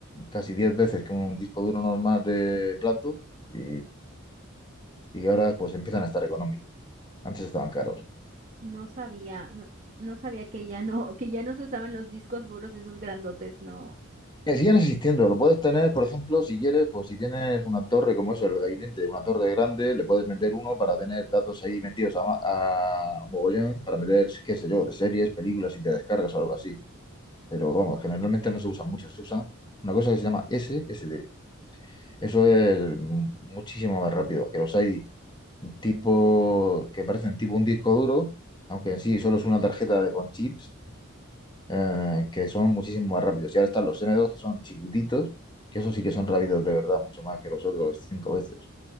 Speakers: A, on the left; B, on the right.
A: casi 10 veces que un disco duro normal de plato y, y ahora pues empiezan a estar económicos. Antes estaban caros.
B: No sabía, no, no sabía que ya no, <laughs> que ya no se usaban los discos duros esos grandotes, no.
A: Que sigan existiendo, lo puedes tener, por ejemplo, si quieres, pues si tienes una torre como eso, el gabinete, una torre grande, le puedes meter uno para tener datos ahí metidos a, ma- a mogollón, para meter, qué sé yo, de series, películas y te descargas o algo así. Pero vamos, generalmente no se usa mucho, se usa una cosa que se llama SSD. Eso es muchísimo más rápido, que los hay tipo, que parecen tipo un disco duro, aunque en sí solo es una tarjeta de, con chips eh, que son muchísimo más rápidos. Y ahora están los N dos que son chiquititos, que esos sí que son rápidos de verdad, mucho más que los otros cinco veces.